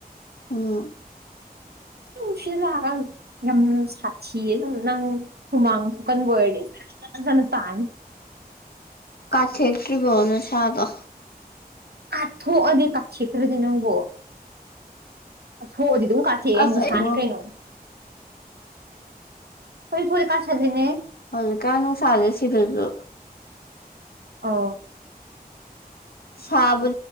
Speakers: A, on the left (about 70°); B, on the right (about 80°).
A: ꯎꯝ
B: ꯎ ꯁꯤꯗ ꯂꯥꯛꯑꯒ ꯌꯥꯝ ꯁꯥꯊꯤꯌꯦ ꯅꯪ ꯍꯨꯃꯥꯡꯁꯨ ꯀꯟꯕ ꯑꯣꯏꯔꯗꯤ ꯖꯅ ꯇꯥꯅꯤ
A: ꯀꯊ ꯍꯦꯛꯇꯔꯤ ꯐꯣꯅ ꯁꯥꯥꯗ
B: ꯀꯥꯠꯊꯣꯛꯑꯗꯤ ꯀꯥꯦꯇ꯭ꯔꯗꯤ ꯅꯪꯕꯣ ꯀꯊꯣꯛꯑꯗꯤ ꯑꯗꯨ ꯀꯥꯊꯦ
A: ꯑꯁ
B: ꯅꯨꯡꯁꯥꯅꯤ
A: ꯑꯩꯉꯣ
B: ꯀꯩꯅꯣ ꯐꯖꯤ ꯐꯣꯔ ꯀꯥꯥꯁꯂꯤꯅꯦ
A: ꯍꯧꯖꯤꯀꯅ ꯁꯥꯖꯁꯤꯔꯁꯨ
B: ꯑ
A: ꯁꯥꯕ